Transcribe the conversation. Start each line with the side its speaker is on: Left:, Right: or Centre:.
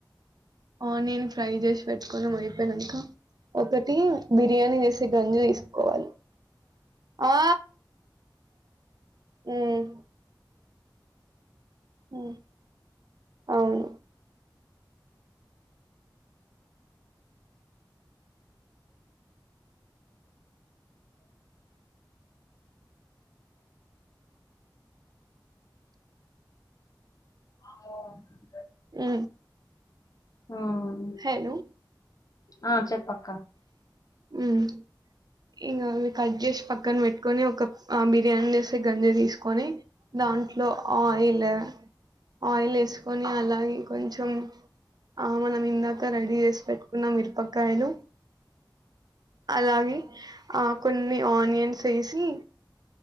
Right: ఆనియన్ ఫ్రై చేసి పెట్టుకోన్నాం అయిపోయినంక ఒకటి బిర్యానీ చేసే గంజు తీసుకోవాలి ఆ హ్మ్ ఉ అవును
Left: అఓ పెట్
Right: ఉ
Left: ఉమ్
Right: హలో
Left: ఆ చెప్పు అక్క
Right: హ్మ్ ఇంగ అవి కట్ చేసి పక్కన పెట్టుకొని ఒక బిర్యానీ చేసే గంజు తీసుకొని దాంట్లో ఆయిల్ ఆయిల్ వేసుకొని అలాగే కొంచెం ఆ మనం ఇందాక రెడీ చేసి పెట్టు కున్నా మిరపకాయలు అలాగే ఆ కొన్ నే ఆనియన్స్ వేసి